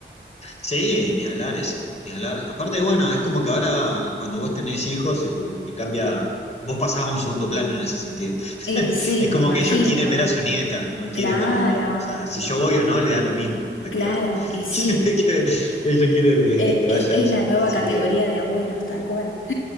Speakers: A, on the left; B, on the left.
A: Sí, ni hablar eso, ni hablar. Aparte, bueno, es como que ahora cuando vos tenés hijos, eh, como que cambia, vos pasás a un segundo plano en ese sentido.
B: Y
A: <laughs>
B: sí,
A: Es
B: me
A: como
B: imagino.
A: que ellos quieren ver a su nieta, no quieren
B: Claro,
A: verme a mí. O sea, si yo voy o no, le da lo mismo, prácticamente.
B: claro, y sí.
A: <laughs> Que Ella quiere
B: E-
A: eh, que vaya
B: e- es
A: ella,
B: la nueva
A: así
B: categoría
A: que...
B: de abuelos, tal cual.